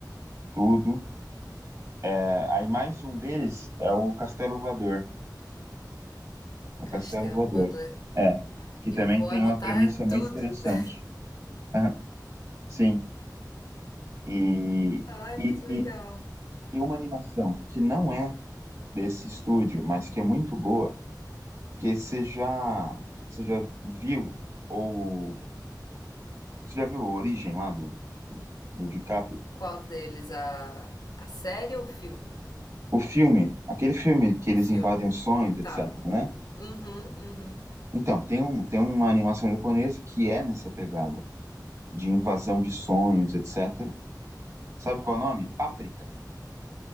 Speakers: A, on the right; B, on the left.
A: tudo. É, aí mais um deles é o Castelo Voador. O
B: Castelo
A: Castelo Voador.
B: Voador.
A: É, que também
B: Eu vou
A: tem
B: anotar
A: uma premissa muito
B: tudo.
A: interessante.
B: <laughs>
A: <laughs> Aham, Sim, e,
B: Ah, é
A: e,
B: muito legal.
A: e e uma animação que não é desse estúdio, mas que é muito boa, que você já, você já viu, ou você já viu a origem lá do, do, do DiCaprio?
B: Qual deles? A, a série ou o filme?
A: O filme, aquele filme que
B: O
A: eles
B: filme.
A: invadem os sonhos, etc,
B: Tá.
A: né?
B: Uhum, uhum.
A: Então, tem, um, tem uma animação japonesa que é nessa pegada de invasão de sonhos, etc. Sabe qual é o nome? Páprica.